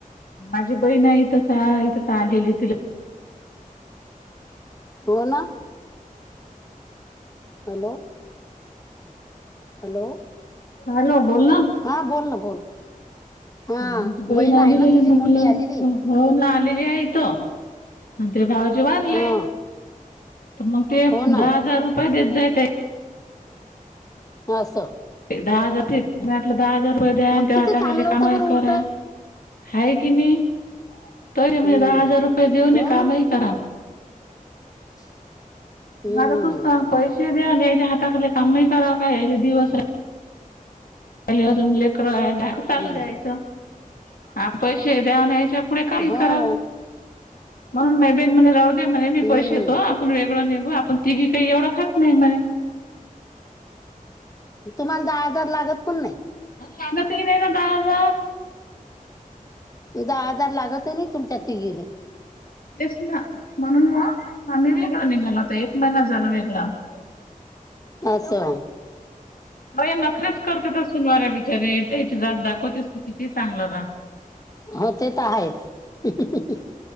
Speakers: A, on the left; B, on the left.
A: माझी बहीण आहे तस <unintelligible> तिला
B: हो ना. हॅलो. हॅलो.
A: हॅलो. बोल ना
B: हा बोल ना बोल. हा
A: माझी बहीण आलेली
B: आहे ना तुझी
A: म्हटलं
B: मोठी आलेली
A: हो ना आली. ये एथ म्हंटले भाऊजी वरले.
B: हा
A: तर मग ते
B: हो ना
A: दहा हजार रुपये देत जाय.
B: हो अस.
A: दहा हजार फटलं दहा हजार रुपये द्या आणि
B: मग
A: ते
B: किती
A: हाताखाली
B: चांगलं होतं
A: कामही
B: बरं
A: करा.
B: उलट
A: हाय की नाही त
B: हम्म
A: म्हणजे दहा हजार रुपये देऊन
B: हो ना
A: कामही करा.
B: <inaudible> हम्म
A: आ आता तूच सांग पैशे द्या न याच्या हाताखाली कामही करावं का या ले दिवस खली अजून लेकर ढाक चालू
B: हो
A: जायच
B: ना
A: हा पैसे द्यावानयचे पुढे काही
B: हो
A: करा म्हणून मबेन म्हणे राहु म्हणे मी
B: हम्म
A: पैशा येतो आपण वेगळं निघू आपण तिघी काही एवढं खात नाही म्हणे
B: तुम्हाला दहा हजार लागत पण नाही
A: अणि लागत ही नाय ना दहा हजार
B: उ दहा हजार लागत नाही तुमच्या तीघोले
A: यष्ना म्हणून वा आम्ही वेगळा निघाल आता एक महिना झाल वेगळा आहोत
B: असं
A: म ये नखरेच करते त सुनवार्या बिचारे त्याची जात दाखवतेस किती चांगलं रा
B: हो ते तर आहेच